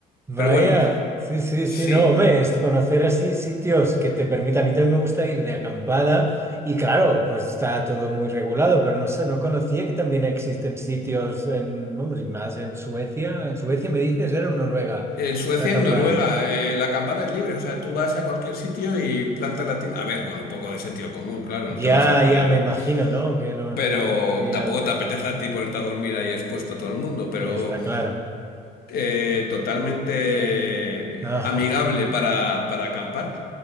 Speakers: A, on the right; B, on the left.
A: Vaya,
B: Pero bueno,
A: sí, sí,
B: sí.
A: sí, no, hombre, es conocer así sitios que te permitan. A mí también me gusta ir de acampada y claro, pues está todo muy regulado, pero no sé, no conocía que también existen sitios en, vamos, y más en Suecia. En Suecia me dices, era en Noruega,
B: En Suecia
A: en la acampada.
B: y en Noruega, eh, la acampada es libre, o sea, tú vas a cualquier sitio y plantas la tienda. A ver, con un poco de sentido común, claro,
A: Ya,
B: no te vas a poner.
A: ya me imagino, ¿no? Que no
B: Pero
A: te encuentras ahí
B: tampoco
A: al medio.
B: te apetece a ti ponerte a dormir ahí expuesto a todo el mundo, pero
A: Está claro.
B: eh, totalmente
A: Ajá,
B: amigable
A: o
B: para, para acampar.